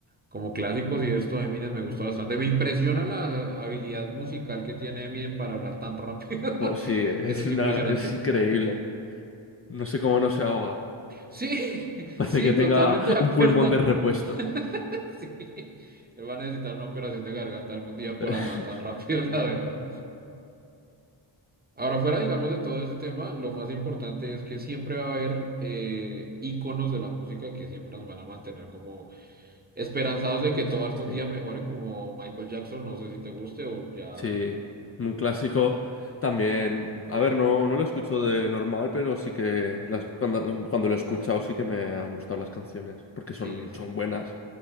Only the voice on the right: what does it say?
como clásicos
y esto, Eminem me gusta bastante. Me impresiona la habilidad musical que tiene Eminem para hablar tan rápido.
<laughs>
Eso es
impresionante.
Sí, <laughs>
sí,
totalmente de acuerdo.
<laughs> Sí, él va a necesitar una operación de garganta algún día por
hablar tan rápido, <laughs> la verdad. Ahora, fuera, digamos, de todo ese tema, lo más importante es que siempre va a haber eh, íconos de la música que siempre nos van a mantener como esperanzados de que todo algún
día mejore, como Michael Jackson, no sé si te guste o ya...
Sí,
exacto.